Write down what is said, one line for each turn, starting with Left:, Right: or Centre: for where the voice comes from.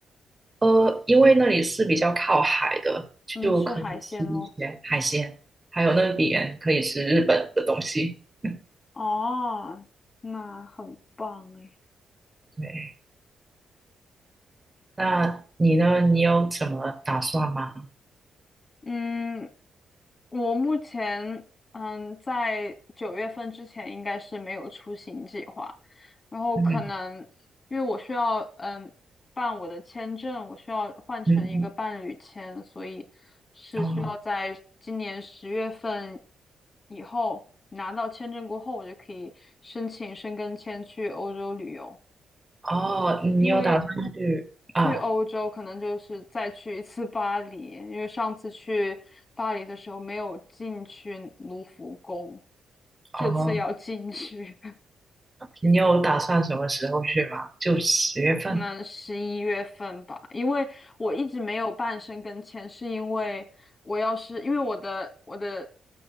Right: 呃，因为那里是比较靠海的，
Left: 嗯，
Right: 就可以吃一些海鲜，
Left: 吃海鲜咯。
Right: 还有那边可以吃日本的东西。<laughs>
Left: 哦，那很棒诶。
Right: 对，那你呢？你有什么打算吗？
Left: 嗯，我目前嗯，在九月份之前应该是没有出行计划，然后可能因为我需要嗯办我的签证，
Right: 嗯
Left: 我需要换成一个伴侣签，
Right: 嗯，
Left: 所以是需要在今年十月份
Right: 哦
Left: 以后拿到签证过后，我就可以申请申根签去欧洲旅游。
Right: 哦，你有打算去啊？
Left: 因为去欧洲可能就是再去一次巴黎，因为上次去巴黎的时候没有进去卢浮宫，这次要进去。
Right: 哦，你有打算什么时候去吗？就十月份。
Left: 可能十一月份吧，因为我一直没有办申根签，是因为我要是因为我的我的